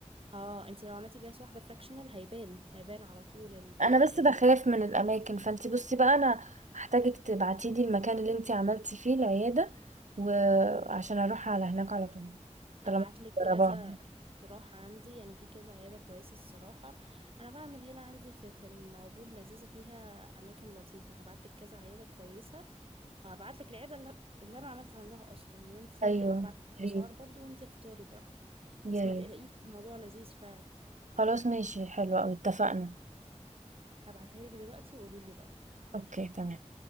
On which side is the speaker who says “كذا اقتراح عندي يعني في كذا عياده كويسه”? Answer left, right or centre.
Right